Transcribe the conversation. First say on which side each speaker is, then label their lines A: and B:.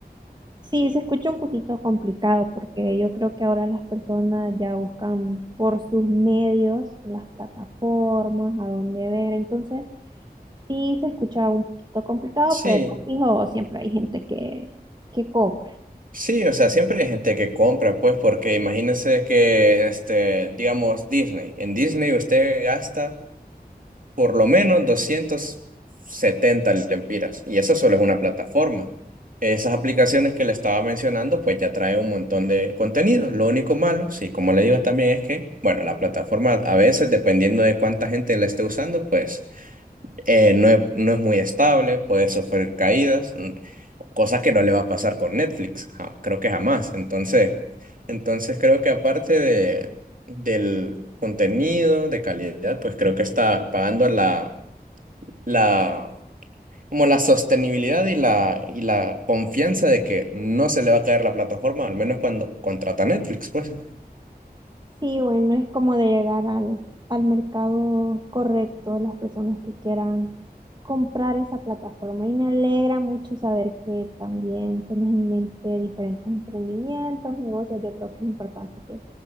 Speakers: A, on the right (about 25°); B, on the right (about 55°).
A: Sí, se escucha un poquito complicado porque yo creo que ahora las personas ya buscan por sus medios las plataformas, a dónde ver. Entonces, sí se escucha un poquito complicado,
B: Sí.
A: pero hijo, siempre hay gente que, que cobra.
B: Sí, o sea, siempre hay gente que compra, pues, porque imagínense que, este, digamos, Disney. En Disney usted gasta por lo menos doscientas setenta lempiras. Y eso solo es una plataforma. Esas aplicaciones que le estaba mencionando, pues ya trae un montón de contenido. Lo único malo, sí, como le digo también, es que, bueno, la plataforma a veces, dependiendo de cuánta gente la esté usando, pues eh, no es, no es muy estable, puede sufrir caídas, mm, cosa que no le va a pasar con Netflix, ja- creo que jamás. Entonces, entonces creo que aparte de, del contenido de calidad, pues creo que está pagando la, la, como la sostenibilidad y la, y la confianza de que no se le va a caer la plataforma, al menos cuando contrata Netflix, pues.
A: Sí, bueno, es como de llegar al, al mercado correcto, las personas que quieran comprar esa plataforma. Y me alegra mucho saber que también tenés en mente diferentes emprendimientos, negocios. Yo creo que es importante que